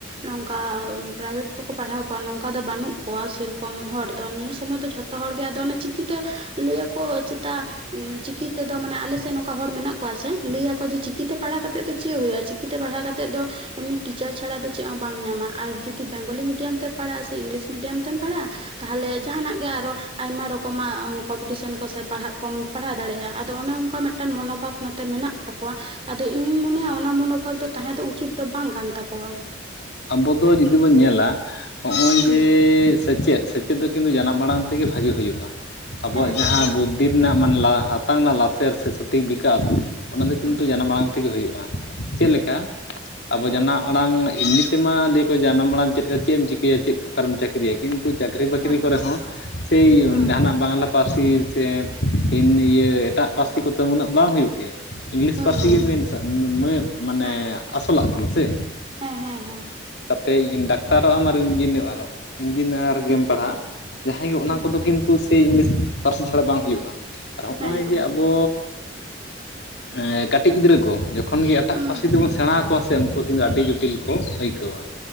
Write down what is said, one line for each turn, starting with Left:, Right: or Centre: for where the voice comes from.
Right: ᱱᱚᱝᱠᱟ ᱯᱨᱟᱭᱵᱷᱮᱴ ᱠᱚᱠᱚ ᱯᱟᱲᱦᱟᱣ ᱠᱚᱣᱟ ᱱᱚᱝᱠᱟ ᱫᱚ ᱵᱟᱹᱱᱩᱜ ᱠᱚᱣᱟ ᱥᱮᱨᱚᱠᱚᱢ ᱦᱚᱲ ᱫᱚ ᱱᱤᱭᱟᱹ ᱥᱚᱢᱚᱭ ᱫᱚ ᱡᱷᱚ ᱛᱚ ᱦᱚᱲ ᱜᱮ ᱟᱫᱚ ᱚᱱᱮ ᱪᱤᱠᱤᱛᱮ ᱞᱟᱹᱭᱟᱠᱚ ᱪᱮᱛᱟ ᱪᱤᱠᱤ ᱛᱮᱫᱚ ᱢᱟᱱᱮ ᱟᱞᱮ ᱥᱮᱫ ᱱᱚᱝᱠᱟ ᱦᱚᱲ ᱢᱮᱱᱟᱜ ᱠᱚᱣᱟ ᱥᱮ ᱞᱟᱹᱭᱟᱠᱳ ᱡᱮ ᱪᱤᱠᱤᱛᱮ ᱯᱟᱲᱦᱟᱣ ᱠᱟᱛᱮᱜ ᱫᱚ ᱪᱮᱫ ᱦᱩᱭᱩᱜᱼᱟ? ᱪᱤᱠᱤ ᱛᱮ ᱯᱟᱲᱦᱟᱣ ᱠᱟᱛᱮᱫ ᱫᱚ ᱮᱢᱱᱤ ᱴᱤᱪᱟᱨ ᱪᱷᱟᱲᱟ ᱫᱚ ᱪᱮᱫ ᱦᱚᱸ ᱵᱟᱢ ᱧᱟᱢᱟ ᱟᱨ ᱡᱩᱫᱤ ᱵᱮᱝᱜᱚᱞᱤ ᱢᱤᱰᱤᱭᱟᱢ ᱛᱮᱢ ᱯᱟᱲᱦᱟᱜᱼᱟ ᱥᱮ ᱤᱝᱞᱤᱥ ᱢᱤᱰᱤᱭᱟᱢ ᱛᱮᱢ ᱯᱟᱲᱦᱟᱜᱼᱟ᱾ ᱛᱟᱦᱚᱞᱮ ᱡᱟᱦᱟᱱᱟᱜ ᱜᱮ ᱟᱨᱚ ᱟᱭᱢᱟ ᱨᱚᱠᱚᱢᱟᱜ ᱠᱚᱢᱯᱤᱴᱤᱥᱮᱱ ᱠᱚ ᱥᱮ ᱯᱟᱲᱦᱟᱜ ᱠᱚᱢ ᱯᱟᱲᱦᱟᱣ ᱫᱟᱲᱮᱭᱟᱜᱼᱟ ᱟᱫᱚ ᱚᱱᱮ ᱚᱱᱠᱟ ᱢᱤᱫᱴᱟᱝ ᱢᱚᱱᱳᱵᱷᱟᱵ ᱱᱚᱛᱮ ᱢᱮᱱᱟᱜ ᱛᱟᱠᱚᱣᱟ᱾ ᱟᱫᱚ ᱤᱧᱤᱧ ᱢᱚᱱᱮᱭᱟ ᱚᱱᱟ ᱢᱚᱱᱳᱵᱷᱟᱵᱽ ᱫᱚ ᱛᱟᱦᱮᱸ ᱫᱚ ᱩᱪᱤᱛ ᱫᱚ ᱵᱟᱝ ᱠᱟᱱ ᱛᱟᱠᱚᱣᱟ᱾
Left: ᱟᱵᱚ ᱫᱚ ᱡᱩᱫᱤ ᱵᱚᱱ ᱧᱮᱞᱟ ᱦᱚᱜᱼᱚᱭ
Right: ᱦᱩᱸ
Left: ᱡᱮ ᱥᱮᱪᱮᱫ ᱥᱮᱪᱮᱫ ᱫᱚ ᱠᱤᱱᱛᱩ ᱡᱟᱱᱟᱢ ᱟᱲᱟᱝ ᱛᱮᱜᱮ ᱵᱷᱟᱜᱮ ᱦᱩᱭᱩᱜᱼᱟ ᱟᱵᱚᱣᱟᱜ
Right: ᱦᱮᱸ ᱦᱮᱸ
Left: ᱡᱟᱦᱟᱸ
Right: ᱦᱮᱸ
Left: ᱵᱩᱫ ᱫᱤ ᱨᱮᱱᱟᱜ ᱢᱟᱱᱮ ᱞᱟ ᱦᱟᱛᱟᱝ ᱨᱮᱱᱟᱜ ᱞᱟᱥᱮᱨ ᱥᱮ ᱥᱚᱴᱷᱤᱠ ᱵᱤᱠᱟᱥ ᱚᱱᱟ ᱫᱚ
Right: ᱦᱩᱸ
Left: ᱠᱤᱱᱛᱩ ᱡᱟᱱᱟᱢ ᱟᱲᱟᱝ ᱛᱮᱜᱮ ᱦᱩᱭᱩᱜᱼᱟ ᱪᱮᱫ ᱞᱮᱠᱟ ᱟᱵᱚ
Right: ᱦᱩᱸ
Left: ᱡᱟᱱᱟᱢ ᱟᱲᱟᱝ ᱤᱱ ᱛᱮᱢᱟ ᱞᱟᱹᱭᱟᱠᱚ ᱡᱟᱱᱟᱢ ᱟᱲᱟᱝ ᱪᱮᱫ ᱪᱮᱫ ᱮᱢ ᱪᱤᱠᱟᱹᱭᱟ ᱪᱮᱫ ᱚᱠᱟᱨᱮᱢ ᱪᱟᱹᱠᱨᱤᱭᱟ ᱠᱤᱱᱛᱩ ᱪᱟᱹᱠᱨᱤ ᱵᱟᱹᱠᱨᱤ
Right: ᱦᱮᱸ
Left: ᱠᱚᱨᱮ ᱦᱚᱸ ᱥᱮᱭ ᱡᱟᱦᱟᱱᱟᱜ
Right: ᱦᱩᱸ
Left: ᱵᱟᱝᱞᱟ ᱯᱟᱹᱨᱥᱤ ᱥᱮ ᱮᱢᱱᱤ ᱤᱭᱟᱹ ᱮᱴᱟᱜ ᱯᱟᱹᱨᱥᱤ ᱠᱚᱛᱮ ᱩᱱᱟᱹᱜ ᱵᱟᱝ ᱦᱩᱭᱩᱜ ᱜᱮ᱾ ᱤᱝᱞᱤᱥ
Right: ᱦᱩᱸ
Left: ᱯᱟᱹᱨᱥᱤ
Right: ᱦᱩᱸ
Left: ᱜᱮ ᱢᱮᱱ ᱥᱟᱜ ᱢᱮ ᱢᱟᱱᱮ
Right: ᱦᱮᱸ
Left: ᱟᱥᱚᱞᱟᱜ ᱠᱟᱱᱟ ᱥᱮ᱾
Right: ᱦᱮᱸ ᱦᱮᱸ ᱦᱮᱸ᱾
Left: ᱛᱟᱯᱚᱛᱮ ᱰᱟᱠᱛᱟᱨᱚᱜ ᱟᱢ ᱟᱨ ᱤᱧᱡᱤᱱᱤᱭᱟᱨᱚᱜ ᱤᱧᱡᱤᱱᱤᱭᱟᱨ ᱜᱮᱢ ᱯᱟᱲᱦᱟᱜ ᱡᱟᱦᱟᱸᱭ ᱜᱮ
Right: ᱦᱩᱸ
Left: ᱚᱱᱟ ᱠᱚᱫᱚ ᱠᱤᱱᱛᱩ ᱥᱮᱭ ᱤᱝᱞᱤᱥ ᱯᱟᱹᱨᱥᱤ ᱪᱷᱟᱲᱟ ᱵᱟᱝ ᱦᱩᱭᱩᱜᱼᱟ᱾ ᱟᱨ ᱦᱚᱸᱜᱼᱚᱭ
Right: ᱦᱮᱸ ᱦᱮᱸ
Left: ᱡᱮ ᱟᱵᱚ ᱮᱸ ᱠᱟᱹᱴᱤᱡ ᱜᱤᱫᱽᱨᱟᱹ ᱠᱚ ᱡᱚ ᱠᱷᱚᱱ ᱜᱮ ᱮᱴᱟᱜ
Right: ᱦᱩᱸ
Left: ᱯᱟᱹᱨᱥᱤ ᱛᱮᱵᱚᱱ ᱥᱮᱬᱟ ᱟᱠᱚᱣᱟ ᱥᱮ ᱩᱱᱠᱩ ᱠᱤᱱᱛᱩ ᱟᱹᱰᱤ ᱡᱚᱴᱤᱞ ᱠᱚ ᱟᱹᱭᱠᱟᱹᱣᱟ᱾